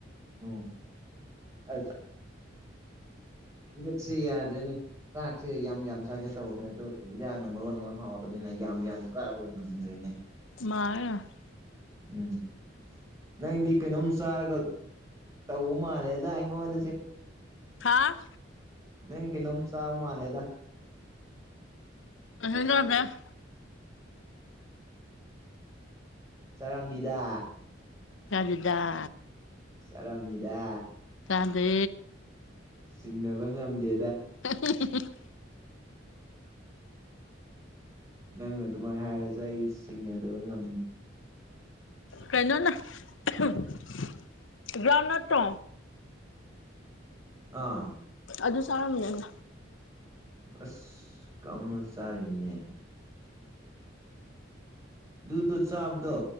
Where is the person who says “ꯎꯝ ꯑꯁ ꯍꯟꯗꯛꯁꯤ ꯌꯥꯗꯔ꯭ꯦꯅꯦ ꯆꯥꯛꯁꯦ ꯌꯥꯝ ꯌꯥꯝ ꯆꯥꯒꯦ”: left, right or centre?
Right